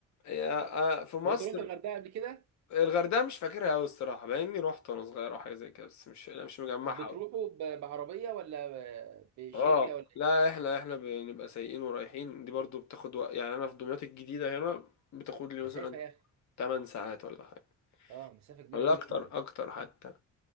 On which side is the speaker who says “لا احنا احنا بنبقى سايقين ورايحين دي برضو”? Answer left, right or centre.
Left